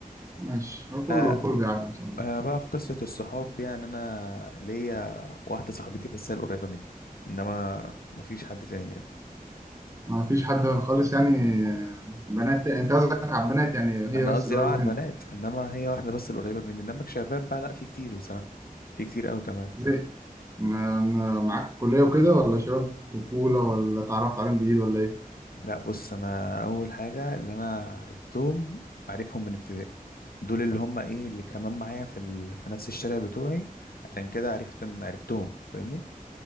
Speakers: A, on the right; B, on the left.
A: ماشي هو كله
B: آه
A: كله بيعدي ان شاء الله
B: آه بقى في قصة الصحاب يعني أنا ليا واحدة صاحبتي بس هي القريبة مني إنما مفيش حد تاني يعني.
A: ما فيش حد خالص يعني آه، بنات انت قصدك على البنات يعني هي
B: أنا
A: بس
B: قصدي
A: اللي
B: اه
A: قريبه
B: على
A: منك
B: البنات إنما هي واحدة بس القريبة مني إنما كشباب بقى لأ في كتير بصراحة في كتير أوي كمان
A: زي ما ما- معاك في الكليه وكده ولا شباب طفوله ولا اتعرفت عليهم جديد ولا ايه
B: لأ بص أنا أول حاجة اللي أنا عرفتهم عارفهم من ابتدائي دول اللي هم إيه اللي كمان معايا في ال... في نفس الشارع بتوعي عشان كده عرفت إن عرفتهم فاهمني